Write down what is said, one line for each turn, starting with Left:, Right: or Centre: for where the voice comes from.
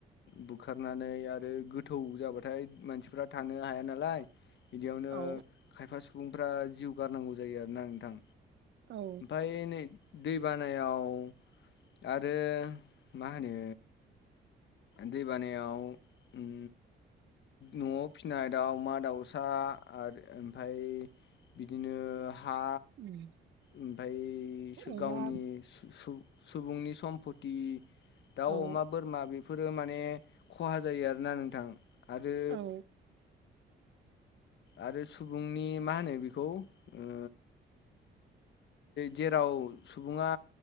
Left: बुखारनानै आरो गोथौ जाबाथाय मानसिफ्रा थानो हाया नालाय बिदियावनो
Right: औ
Left: खायफा सुबुंफ्रा जिउ गारनांगौ जायो आरोना नोंथां
Right: औ
Left: ओमफ्राय नै दै बानायाव आरो मा होनो दै बानायाव ओम न'आव फिसिनाय दाउमा दाउसा आर ओमफ्राय बिदिनो हा
Right: बिदिनो
Left: ओमफ्रायसो
Right: अमा
Left: गावनि सु -सु सुबुंनि सम्पति दाउ
Right: औ
Left: अमा बोरमा बे फोरो माने खहा जायो आरोना नोंथां आरो
Right: औ
Left: आरो सुबुंनि मा होनो बेखौ ओ जेराव सुबुङा